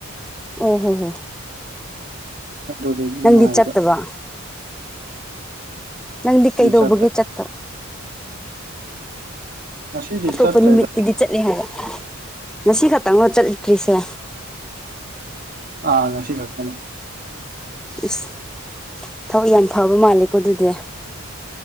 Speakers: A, in the centre; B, on the right.
A: ꯑꯣ ꯍꯣ ꯍꯣ
B: ꯑꯗꯨꯗꯨꯒꯤꯉꯅꯥꯏꯕ
A: ꯅꯪꯗꯤ ꯆꯠꯇꯕ ꯅꯪꯗꯤ ꯀꯩꯗꯧꯕꯒꯤꯦ
B: ꯆꯠꯇ꯭ꯔꯦ
A: ꯆꯠꯇꯣ
B: ꯉꯁꯤꯗꯤ
A: ꯑꯇꯣꯞꯄ
B: ꯆꯠꯇ꯭ꯔꯦꯗ
A: ꯅꯨꯃꯤꯠꯇꯗꯤ ꯆꯠꯂꯦ ꯍꯥꯏꯕ ꯉꯁꯤ ꯈꯛꯇꯪꯅ ꯆꯠꯂꯤꯇ꯭ꯔꯤꯁꯦ
B: ꯑ ꯑꯉꯥꯡ ꯁꯤꯅꯤ
A: ꯏꯁ ꯊꯕꯛ ꯌꯥꯝ ꯐꯕ ꯃꯥꯜꯂꯦꯀꯣ ꯑꯗꯨꯗꯤ